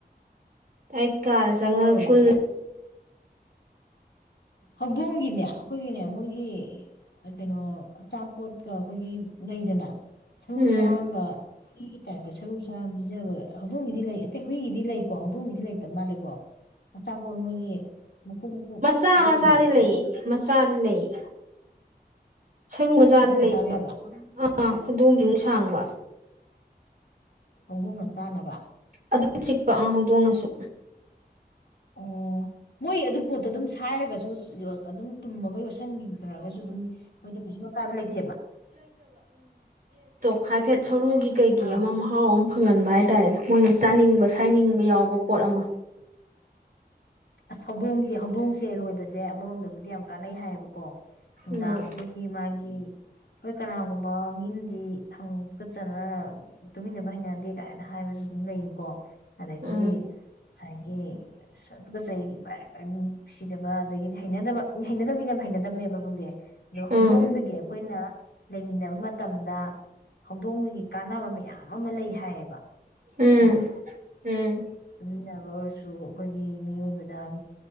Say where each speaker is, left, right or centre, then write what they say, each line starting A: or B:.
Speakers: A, on the right; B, on the left.
A: ꯑꯩ ꯀꯔꯁꯉ
B: ꯊꯣꯛꯑꯔꯣꯏ
A: ꯀ
B: ꯍꯧꯗꯣꯡꯒꯤꯅꯦ ꯑꯩꯈꯣꯏꯒꯤꯅꯦ ꯃꯣꯏꯒꯤ ꯀꯩꯅꯣ ꯑꯆꯥꯄꯣꯠꯀ ꯑꯩꯈꯣꯏꯒꯤ ꯂꯩꯗꯅ ꯁꯔꯨ
A: ꯎꯝ
B: ꯁꯔꯥꯡꯗ ꯍꯨꯔꯤꯒꯤ ꯇꯥꯏꯞꯇ ꯁꯔꯨ ꯆꯔꯥꯡ ꯄꯤꯖꯕ ꯍꯧꯗꯣꯡꯒꯤꯗꯤ ꯂꯩ ꯑꯇꯩ ꯍꯨꯏꯒꯤꯗꯤ ꯂꯩꯀꯣ ꯑꯗꯨꯒꯤꯗꯤ ꯂꯩꯇꯕ ꯃꯥꯜꯂꯦꯀꯣ ꯃꯆꯥꯄꯣꯠ ꯃꯣꯏꯒꯤ ꯃꯀꯨꯞ ꯃꯀꯨꯞ
A: ꯃꯆꯥ
B: ꯄꯤꯖꯕꯗꯣ
A: ꯃꯆꯥꯗꯤ ꯂꯩꯌꯦ
B: ꯑꯩꯈꯣꯏ
A: ꯃꯆꯥꯗꯤ ꯂꯩꯌꯦ ꯁꯔꯨ ꯃꯆꯥꯗꯤ
B: ꯍꯧꯗꯣꯡꯅ
A: ꯂꯩꯌꯦꯕ
B: ꯆꯥꯕ ꯌꯥꯕ
A: ꯑꯥ ꯈꯨꯗꯣꯝꯕꯤꯃꯅꯨꯡ ꯁꯥꯡꯕ
B: ꯍꯧꯗꯣꯡꯅ ꯆꯥꯅꯕ
A: ꯑꯗꯨꯝ ꯆꯤꯛꯄ ꯍꯧꯗꯣꯡꯅꯁꯨ
B: ꯑꯣ ꯃꯣꯏ ꯑꯗꯨ ꯄꯣꯠꯇꯣ ꯑꯗꯨꯝ ꯁꯥꯏꯔꯒꯁꯨ ꯑꯗꯨꯝ ꯇꯨꯝꯃꯒ ꯌꯣꯠꯁꯤꯟꯗ꯭ꯔꯒꯁꯨ ꯑꯗꯨꯝ ꯃꯣꯏꯗ ꯀꯩꯁꯨ ꯑꯀꯥꯏꯕ ꯂꯩꯇꯦꯕ
A: ꯈ ꯍꯥꯏꯥꯏꯐꯦꯠ ꯁꯔꯨꯒꯤ ꯀꯩꯒꯤ
B: ꯑꯥ
A: ꯑꯃ ꯃꯍꯥꯎ ꯑꯃ ꯐꯪꯍꯟꯕ ꯍꯥꯏꯇꯥꯔꯦꯅꯦ ꯃꯣꯏꯅ ꯆꯥꯅꯤꯡꯕ ꯁꯥꯏꯅꯤꯡꯕ ꯌꯥꯎꯕ ꯄꯣꯠ ꯑꯃ
B: ꯑꯁ ꯍꯧꯗꯣꯡꯒꯤ ꯍꯧꯗꯣꯡꯁꯦ ꯂꯣꯏꯕꯁꯦ ꯑꯃꯔꯣꯝꯗꯕꯨꯗꯤ ꯌꯥꯝ ꯀꯥꯟꯅꯩ ꯍꯥꯏꯌꯦꯕꯀꯣ ꯅꯨꯡꯗꯥꯡ
A: ꯎꯝ
B: ꯑꯩꯈꯣꯏꯒꯤ ꯃꯥꯒꯤ ꯑꯩꯈꯣꯏ ꯀꯅꯥꯒꯨꯝꯕ ꯃꯤꯅꯗꯤꯪ ꯀꯠꯆꯅ ꯇꯨꯃꯤꯟꯅꯕ ꯍꯩꯅꯗꯦ ꯀꯥꯏꯅ ꯍꯥꯏꯕꯁꯨ ꯑꯗꯨꯝ ꯂꯩꯀꯣ ꯑꯗꯒꯤꯗꯤ
A: ꯎꯝ
B: ꯉꯁꯥꯏꯒꯤ ꯀ ꯆꯩ ꯅꯨꯡꯁꯤꯗꯕ ꯑꯗꯒꯤꯗꯤ ꯍꯩꯅꯗꯕ ꯍꯩꯅꯗꯕ ꯃꯤꯅꯦ ꯌꯥꯝ ꯍꯩꯅꯗꯕꯅꯦꯕ ꯈꯁꯦ ꯑꯗ ꯍꯧꯗꯣꯡꯗꯨꯒꯤ
A: ꯎꯝ
B: ꯑꯩꯈꯣꯏꯅ ꯂꯩꯃꯤꯟꯅꯕ ꯃꯇꯝꯗ ꯍꯧꯗꯣꯡꯗꯨꯒꯤ ꯀꯥꯟꯅꯕ ꯃꯌꯥꯝ ꯑꯃ ꯂꯩ ꯍꯥꯏꯌꯦꯕ
A: ꯎꯝ
B: ꯈꯪꯕ꯭ꯔꯥ
A: ꯎꯝ
B: ꯑꯗꯨꯝꯕ ꯁꯨ ꯑꯩꯈꯣꯏꯒꯤ ꯃꯤꯑꯣꯏꯕꯗ